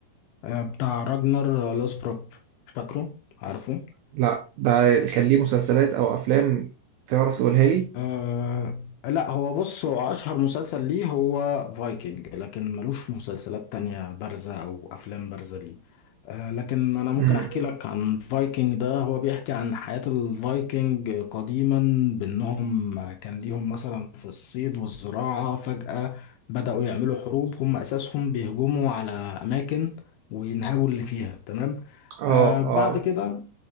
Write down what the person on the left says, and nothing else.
آه، بتاع راجنر لوسبروك فاكره عارفه
أه لا هو بص هو أشهر مسلسل ليه هو فايكنج لكن ملوش مسلسلات تانية بارزة أو أفلام بارزة ليه أه لكن أنا ممكن
أحكي لك عن فايكنج ده هو بيحكي عن حياة الفايكنج قديما بأنهم كان ليهم مثلا في الصيد والزراعة فجأة بدأوا يعملوا حروب هم أساسهم بيهجموا على أماكن وينهبوا اللي فيها تمام
أه بعد
كده